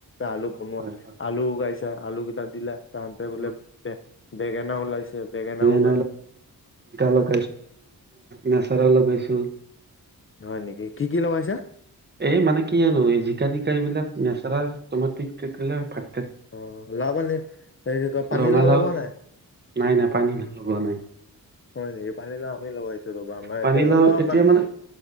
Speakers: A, on the left; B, on the right.
A: আলু
B: হয়
A: বনোৱা
B: হয় হয়
A: আলু উ গাইছা আলু। ন দিলা তাহতে
B: হয়।
A: বোলে ব বেঙেনা ওলাইছে বেঙেনাও
B: জ লগ নচ লগাই <unintelligible>
A: হয় নেকি কি কি লগাইছা?
B: এই মানে কি আ আৰু এই জিকা জিকা এইবিলাক নেচমে থ <unintelligible>
A: অ লাও মানে হে কয় পানীলাও
B: ৰঙালাও
A: লব নাই
B: নাই নাই পানী লগোৱা নাই
A: হয় নেকি পানীলাও আমি লগাইছো। ৰবা আমাৰ ইয়াতে
B: পানীলাও
A: অলপমান
B: এতিয়া মানে,